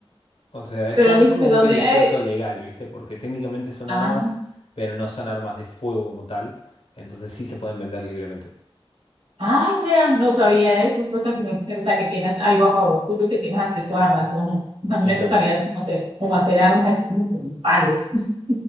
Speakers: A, on the left (about 75°); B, on the right (about 80°).
A: O sea, es
B: Pero
A: como,
B: no
A: es
B: dices
A: como
B: de
A: un
B: dónde.
A: vericueto
B: eh,
A: legal, ¿viste? Porque técnicamente son
B: ah,
A: armas, pero no son armas de fuego como tal, entonces sí se pueden vender libremente.
B: ay, vean, no sabía eso. Cosa que no- o sea, que tienes algo a favor tuyo, que tienes acceso a armas. Yo no. A mí
A: Exacto.
B: me tocaría como hacer, como hacer armas, aquí, como con palos. <laughs>